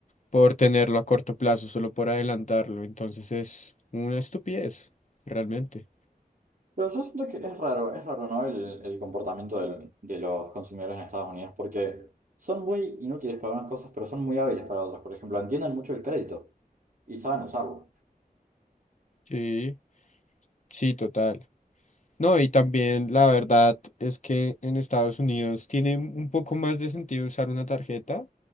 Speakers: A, on the left; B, on the right.
A: por tenerlo a corto plazo, solo por adelantarlo. Entonces es una estupidez, realmente.
B: Pero yo siento que es raro, es raro, ¿no? El, el comportamiento del- de los consumidores en Estados Unidos, porque son muy inútiles para unas cosas, pero son muy hábiles para otras. Por ejemplo, entienden mucho el crédito y saben usarlo.
A: Sí, sí, total. No, y también la verdad es que en Estados Unidos tiene un poco más de sentido usar una tarjeta